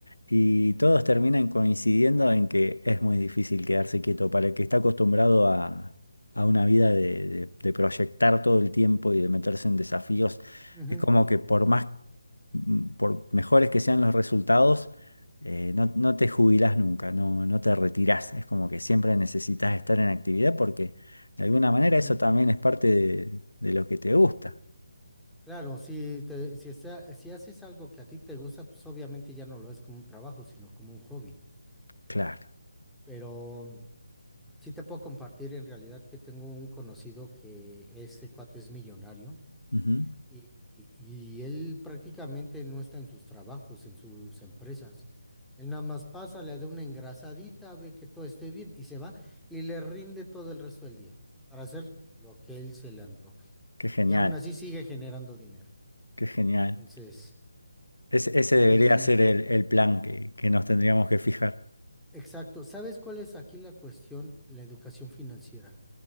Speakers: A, on the left; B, in the centre.
A: y todos terminan coincidiendo en que es muy difícil quedarse quieto para el que está acostumbrado a, a una vida de, de- de proyectar todo el tiempo y de meterse en desafíos.
B: Ujú,
A: Es como que por más, mm, por mejores que sean los resultados, eh, no, no te jubilás nunca, no, no te retirás. Es como que siempre necesitas estar en actividad porque... De alguna manera
B: ujú.
A: eso también es parte de, de lo que te gusta.
B: Claro, si, te- si, está- si haces algo que a ti te gusta, pues obviamente ya no lo es como un trabajo, sino como un hobby.
A: Claro.
B: Pero mm, sí te puedo compartir en realidad que tengo un conocido que este cuate es millonario
A: Ujú.
B: y, y- y él prácticamente no está en sus trabajos, en sus empresas. Él nada más pasa, le da una engrasadita, ve que todo esté bien y se va y le rinde todo el resto del día para hacer lo que él se le antoje.
A: Qué genial,
B: Y aún así sigue generando dinero.
A: qué genial.
B: Entonces...
A: Ese, ese
B: De
A: debería
B: ahí,
A: ser el, el plan que, que nos tendríamos que fijar.
B: Exacto. ¿Sabes cuál es aquí la cuestión? La educación financiera.